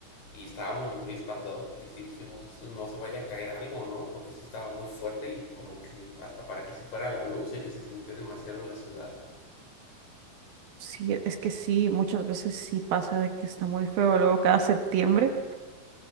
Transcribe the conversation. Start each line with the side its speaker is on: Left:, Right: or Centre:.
Left: y estábamos muy espantados porque sí dijimos, no se vaya a caer algo, ¿no? Porque sí estaba muy fuerte y como que hasta para que se fuera la luz y que se sintió demasiado en la ciudad.
Right: sí, es que sí, muchas veces sí pasa de que está muy feo. Luego cada septiembre,